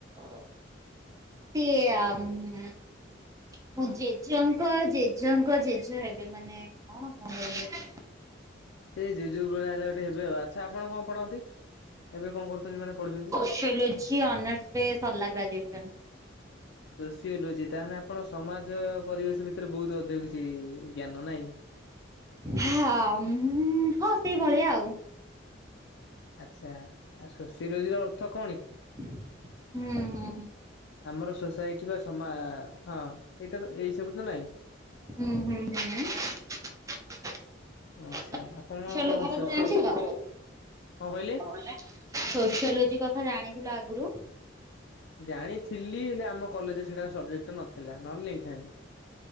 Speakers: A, on the right; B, on the left.
A: ଉଁ ସେ ଆ ମୁଁ ଜେଜେଙ୍କ ଜେଜେଙ୍କ ଜେଜେ ହେବେ ମାନେ କଣ କଣ କହିବେ?
B: ସେଇ ଯଉ -ଯୋଉ ଭଳିଆ ହେଲେ ଗୋଟେ ହେବେ ଆଉ ଆଚ୍ଛା ଆପଣ କଣ ପଢନ୍ତି, ଏବେ କଣ କରୁଛନ୍ତି ମାନେ ପଢୁଛନ୍ତି?
A: ସେଲୋଜି ଅନର୍ସ ରେ ସରିଲା ଗ୍ରାଜୁଏସନ୍।
B: ସୋସି ଓଲୋଜି ତାହେଲେ ଆପଣ ସମାଜ ପରିବେଶ ଭିତରେ ବୋହୁତୁ ଅଧିକ କିଛି ଜ୍ଞାନ ନାଇଁ?
A: ହଁ-ଉଁ-ଉ- ହଁ ସେଇଭଳିଆ ଆଉ‌।
B: ଆଚ୍ଛା ଆଉ ଶୋଷୀ ରୋଜି ର ଅର୍ଥ କଣ କି?
A: ହୁଁ -ହୁଁ।
B: ଆମର ସୋସାଇଟି ବା ସମା-ଆ-ଆ ହଁ ଏଇଟା ତ ଏଇ ସବୁ ତ ନାଇଁ।
A: ହୁଁ- ହୁଁ- ହୁଁ।
B: ଆଚ୍ଛା
A: ତମ
B: ଆପଣ
A: ଓଡ଼ିଶା ଲୋକ
B: ସୋସିଆଲ
A: <unintelligible>
B: କଣ କହିଲେ?
A: ସୋସିଓଲୋଜି କଥା ଜାଣିଥିଲ ଆଗରୁ?
B: ଜାଣିଥିଲି ହେଲେ ଆମ କଲେଜରେ ସେଟା ସବଜେକ୍ଟ ତ ନଥିଲା ନହେଲେ ନେଇଥାନ୍ତି।